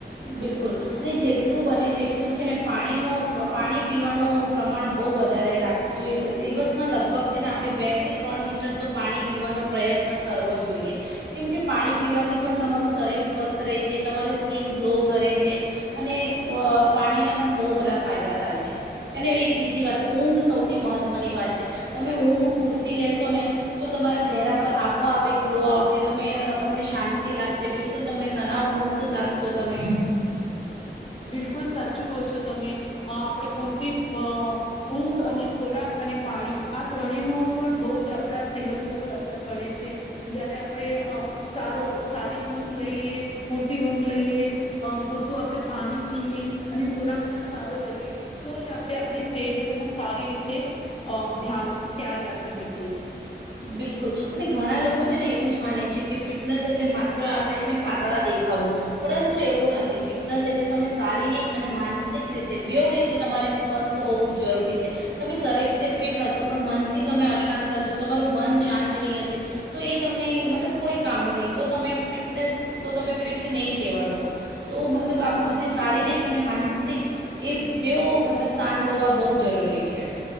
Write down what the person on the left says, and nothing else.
બિલકુલ સાચું કહો છો. તમે અ આપણે પૂરતી <unintelligible> હું અને ખોરાક અને પાણી આ ત્રણેય ન પણ બહુ જ આપણા સેહત ઉપર અસર પડે છે જયારે આપણે અ સારો સારી ઊંઘ લઈએ, પૂરતી ઊંઘ લઈએ, પૂરતું આપણે પાણી પીએ અને ખોરાક પણ સારો લઈએ તો જ આપણે આપણી સેહત નો સારી રીતે અ ધ્યાન ખ્યાલ રાખી શકીએ છીએ.